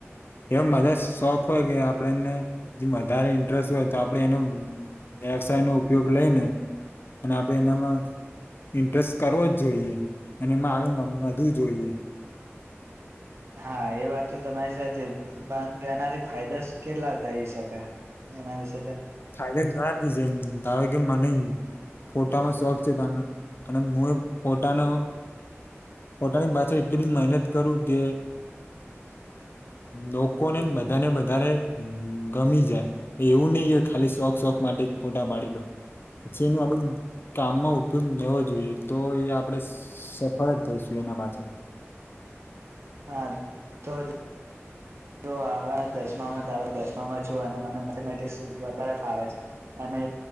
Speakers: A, on the left; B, on the right.
A: એ મજા શોખ હોય કે આપણેને જે વધારે ઇન્ટરેસ્ટ હોય તો આપડે એનો વ્યવસાય નો ઉપયોગ લઈ ને અને આપડે એનામાં ઇન્ટરેસ્ટ કરવો જ જોઈએ, અને એમાં આગમમ વધું જોઈએ.
B: હા એ વાત તો તમારી સાચી, પણ તો એનાથી ફાયદાસ કેટલા થઈ શકે એમાં યુશ?
A: ફાયદા ગણા થઈ સકે ધારો કે મને ફોટામાં શોખ છે તાનો અને મું એ ફોટાનો પોટાની પાછળ એટલી બધી મેહનત કરું કે લોકોને બધાને વધારે ગમી જાય. એવું નહી કે ખાલી શોખ શોખ માટે જ ફોટા પાડી દઉ. પછી એનું આ બધૂ કામમાં ઉપયોગ લેવો જોઈએ તો એ આપણેે સફળ જ થઈશું એના પાછળ.
B: હા, તો જ તો હવે દસમામાં ધારોક દસમામાં છું અને મને મેથેમેટિક્સ વધારે ફાવે છે. અને